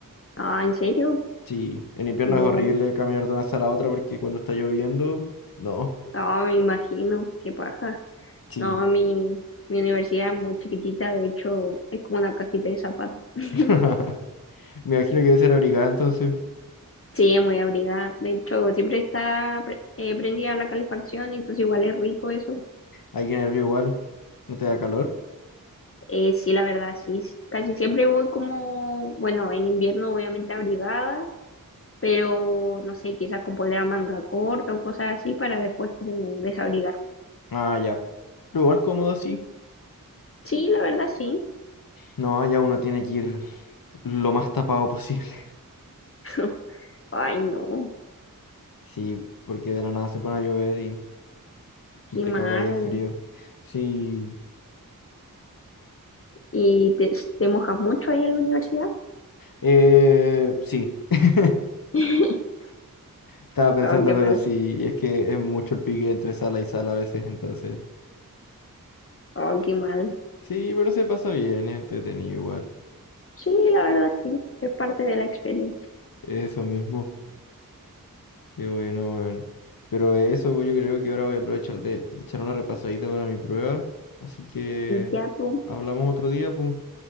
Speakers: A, on the left; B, on the left.
A: Ah, ¿en serio?
B: Sí, en invierno
A: Bu.
B: es horrible caminar de una sala a otra porque cuando está lloviendo, no.
A: Ah, me imagino, qué paja.
B: Sí.
A: No, mi, mi universidad es muy chiquitita, de hecho es como una cajita de zapatos. <laughs>
B: <laughs> Me imagino que debe ser abrigada entonces.
A: Sí, es muy abrigada. De hecho, siempre está pre- eh, prendida la calefacción, entonces igual es rico eso.
B: Aquí en el río igual. ¿No te da calor?
A: Eh, sí, la verdad, sí. s- Casi siempre voy como, bueno, en invierno obviamente abrigada, pero no sé, quizás con polera manga corta o cosas así para después como desabrigarme.
B: Ah, ya. Pero igual cómodo así.
A: Sí, la verdad, sí.
B: No, ya uno tiene que ir lo más tapado posible. <laughs>
A: <laughs> Ay, no,
B: Sí, porque de la nada se pone a llover y,
A: qué
B: y te
A: mal.
B: cagáis de frío. Sí.
A: ¿Y te, te mojas mucho ahí en la universidad?
B: Eh, sí. <laughs>
A: <laughs>
B: Estaba pensando,
A: Oh, qué
B: pero
A: mal.
B: sí, es que es mucho el pique entre sala y sala a veces, entonces.
A: Oh, qué mal.
B: Sí, pero se pasa bien, es entretenido igual.
A: Sí, la verdad, sí. Es parte de la experiencia.
B: Eso mismo. Qué bueno, weón. Pero eso, pues, yo creo que ahora voy a aprovechar de, de echar una repasadita para mi prueba. Así que
A: Ya, pues.
B: hablamos otro día, pues.